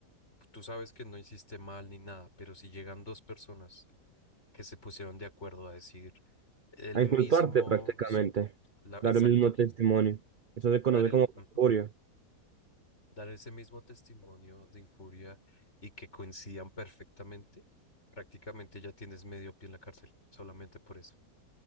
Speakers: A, on the left; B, on the right.
A: tú sabes que no hiciste mal ni nada, pero si llegan dos personas que se pusieron de acuerdo a decir el
B: A
A: mismo,
B: inculparte prácticamente,
A: sí, la, exacto,
B: dar el mismo testimonio. Eso se conoce
A: dar el...
B: como perjurio.
A: ujú. dar ese mismo testimonio de infuria y que coincidan perfectamente, prácticamente ya tienes medio pie en la cárcel, solamente por eso.